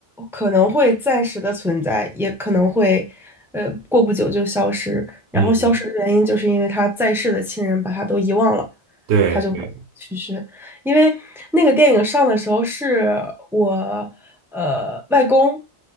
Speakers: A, in the centre; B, on the right.
A: 可能会暂时的存在，也可能会，呃，过不久就消失。然后消失的原因就是因为他在世的亲人把他都遗忘了，
B: 嗯。对对，
A: 他就去世。因为那个电影上的时候是我，呃，外公